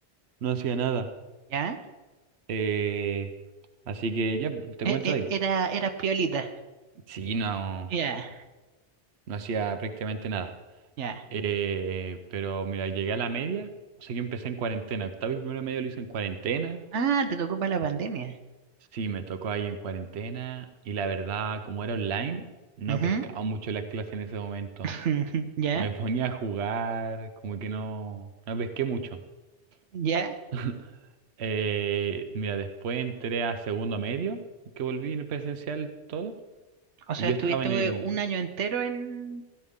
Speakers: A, on the right; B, on the right.
A: no hacía nada.
B: ¿Ya?
A: Eh, así que ya, te cuento
B: E- e-
A: de ahí. po.
B: era, eras piolita.
A: Sí, no,
B: Ya,
A: no hacía prácticamente nada.
B: ya.
A: Eh, pero mira, llegué a la media, o sea, yo empecé en cuarentena. Octavo y primero medio lo hice en cuarentena.
B: Ah, te tocó para la pandemia.
A: Sí, me tocó ahí en cuarentena y la verdad, como era online, no
B: Ujú.
A: pescaba mucho las clases en ese momento.
B: <laughs> Ya,
A: Me ponía a jugar, como que no, no pesqué mucho.
B: ya.
A: <laughs> Eh, mira, después entré a segundo medio, que volví en presencial todo,
B: O sea,
A: y yo
B: estuviste
A: estaba en el,
B: un año entero en,